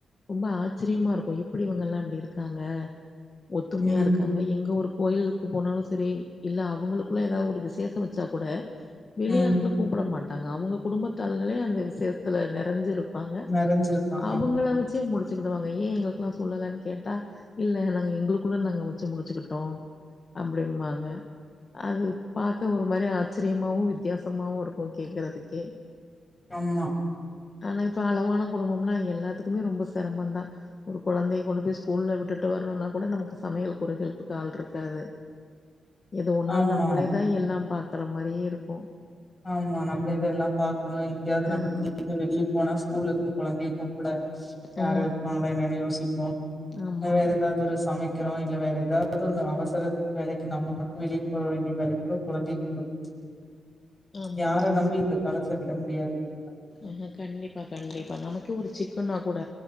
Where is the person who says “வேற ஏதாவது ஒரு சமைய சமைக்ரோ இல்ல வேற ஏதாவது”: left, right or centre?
Left